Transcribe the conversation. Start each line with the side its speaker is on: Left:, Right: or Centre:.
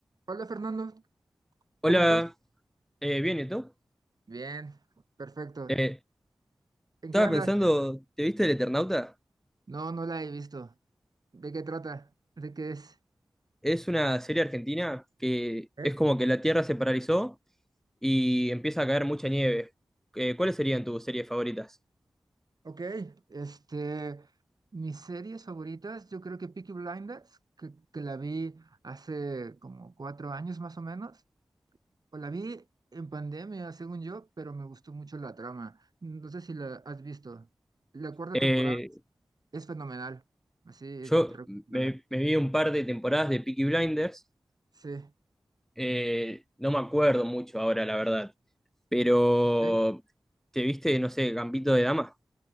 Right: Hola Fernando,
Centre: Hola,
Right: ¿cómo estás?
Centre: eh, bien, ¿y tú?
Right: Bien, perfecto.
Centre: Eh,
Right: ¿En
Centre: estaba
Right: qué andas?
Centre: pensando, ¿te viste El Eternauta?
Right: No, no la he visto. ¿De qué trata? ¿De qué es?
Centre: Es una serie argentina que
Right: ¿Eh?
Centre: es como que la Tierra se paralizó y empieza a caer mucha nieve. Eh, ¿cuáles serían tus series favoritas?
Right: Ok, este, mis series favoritas, yo creo que Peaky Blinders, que, que la vi hace como cuatro años más o menos, o la vi en pandemia, según yo, pero me gustó mucho la trama. No sé si la has visto. La cuarta
Centre: Eh,
Right: temporada es fenomenal, así
Centre: yo
Right: te recomendada.
Centre: me, me vi un par de temporadas de Peaky Blinders,
Right: Sí.
Centre: eh, no me acuerdo mucho ahora, la verdad, pero
Right: ok.
Centre: ¿te viste, no sé, Gambito de Dama?